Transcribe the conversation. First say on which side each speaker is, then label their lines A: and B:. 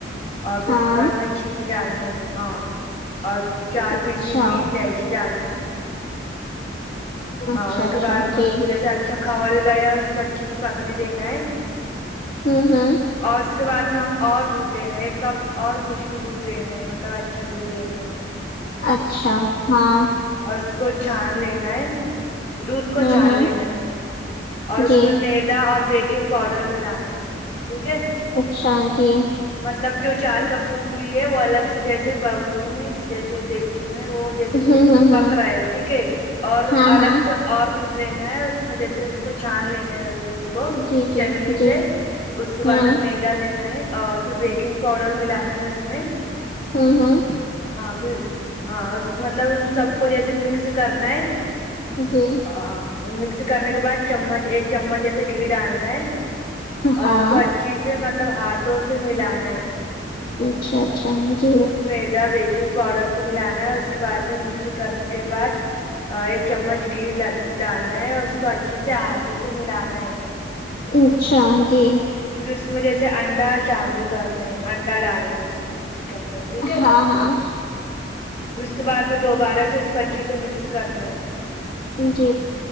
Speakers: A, on the left; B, on the left.
A: اور پھر
B: ہاں
A: اس کے بعد میں چینی ڈالنی ہاں اور چار
B: اچھا
A: پیسی بھی الائچی ڈالنی
B: اچھا
A: اور اس
B: اچھا
A: کے بعد میں
B: جی
A: اس کو جیسے اچھا کھل گیا اور اس کو اچھے سے پکنے دینا ہے
B: ہوں ہاں
A: اور اس کے بعد میں اور دودھ لینا ہے ایک کپ اور خشک دودھ لینا ہے مطلب اچھا دودھ لینا ہے
B: اچھا ہاں
A: اور اس کو چھان لینا ہے دودھ کو
B: ہوں
A: چھان
B: ہوں
A: لینا ہے اور اس
B: جی
A: میں میدا اور بیکنگ پاؤڈر ملانا ہے ٹھیک ہے
B: اچھا جی
A: مطلب جو چار کپ دودھ لی ہے وہ الگ سے جیسے باگونی میں جیسے دیکھ وہ جیسے
B: ہوں ہوں
A: پک
B: ہوں
A: رہا ہے ٹھیک ہے اور
B: ہاں
A: الگ
B: ہاں
A: سے اور دودھ لینا ہے اس میں جیسے کو چھان لینا ہے دھ کو
B: جی جی
A: چھنی
B: جی
A: سے اس کے
B: ہوں
A: بعد میدا لینا ہے اور پھر بیکنگ پاؤڈر ملانےا ہے اس میں
B: ہوں ہوں
A: ہاں پھر ہاں اس مطلب سب کو جیسے مکس کرنا ہے
B: جی
A: ہاں مکس کرنے کے بعد مچ ایک چمچ جیسے گھی ڈالنا ہے اور
B: ہاں
A: اس کو اچ ی سے مطلب ہاتھوں سے ملانا ہے
B: اچھا اچھا جی
A: دودھ میدا بیکنگ پاؤڈر کو ملانا ہے اس کے بعد میں مکسی کرنے کے بعد ایک چمچ گھی ڈالنا ہے اور اس کو اچھے سے ہاتھوں سے ملانا ہے
B: اچھا جی
A: پھر اس میں جیسے انڈا شامل کرنا ہے انڈا ڈالنا ہے اس اس کے اندر ٹھیک ہے
B: ہاں ہاں
A: پھر اس کے بعد میں دوبارہ سے اس کو اچھی سے مکس کرنا ہے
B: جی